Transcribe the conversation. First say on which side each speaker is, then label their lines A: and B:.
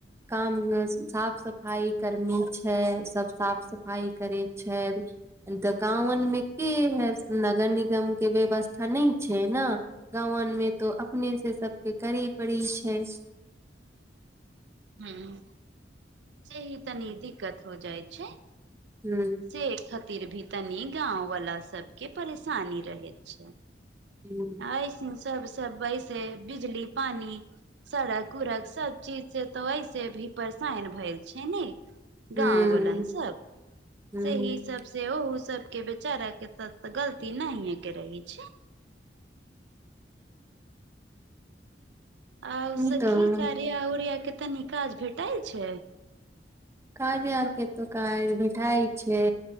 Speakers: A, on the right; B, on the right.
A: काम साफ सफाइ कर्मी छै सभ साफ सफाइ करैत छै अ त गांवन मे हे नगर निगम के व्यवस्था नहि छै ने गाँवमे तो अपने से सबके करै परैय छै
B: <inaudible> हुँ जेही तनी दिक्कत हो जाइ छै
A: ह
B: से खातिर भी तनी गाँंववाला सबकें परेशानी रहैत छै
A: ह
B: ऐसन सब सब सय पैसे बिजली पानि सड़क उड़क सब चीज से तऽ ऐसे भी परेशान भेल छै ने
A: ह
B: गाँव वालन सब
A: ह
B: सेही सब से ओह सबके बेचार कर के त गलती नहि हे के रहै छै आउ सखी
A: ई तऽ
B: करिया उरिया के तनी काज भेटैय छै
A: कार्या आर के तो कार बैठई छै